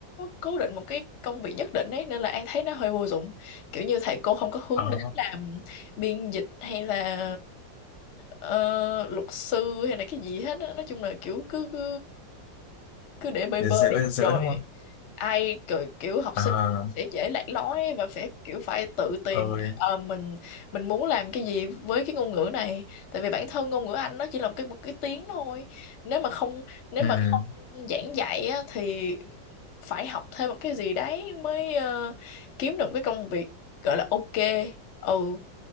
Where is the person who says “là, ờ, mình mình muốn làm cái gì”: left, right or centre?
Left